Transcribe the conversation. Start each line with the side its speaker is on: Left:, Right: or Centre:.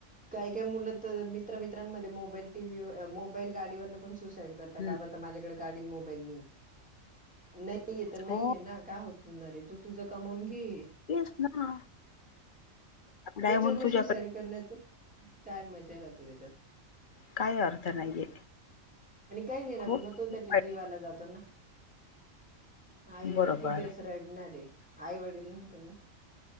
Centre: काही काही मुलं तर मित्र-मित्रांमध्ये मोबाईल, टीव्ही, मोबाईल, गाडीवरनं पण सु साईड करता, का
Left: हम्म
Centre: बर तर माझ्याकडे गाडी अन मोबाईल नाही, नाहीये तर नाहीये
Left: हो
Centre: ना, काय हो नारे, तु तुझं कमवून घे.
Left: तेच ना. नाही
Centre: त्याच्यावरनं
Left: म्हणून तुझ्याकडे
Centre: सुसाईड करण्याचं, काय मजा राहते त्याच्यात?
Left: काय अर्थ नाहीये.
Centre: आणि काही नाही ना
Left: खूप
Centre: पण मग तो त्याच्या
Left: वाईट.
Centre: जीवाला जातो ना. आई वडील
Left: बरोबर
Centre: किती दिवस रडणारे? आई वडील पण